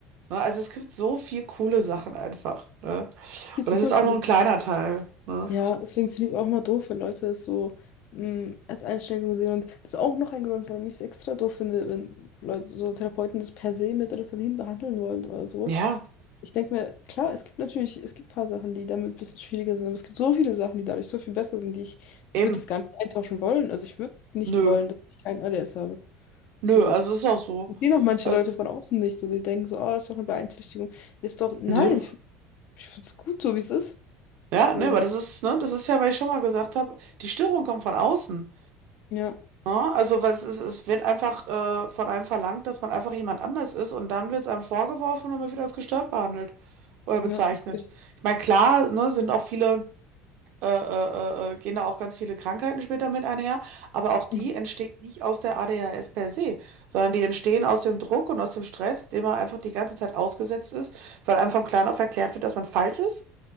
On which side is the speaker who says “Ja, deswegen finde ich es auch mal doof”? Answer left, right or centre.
Left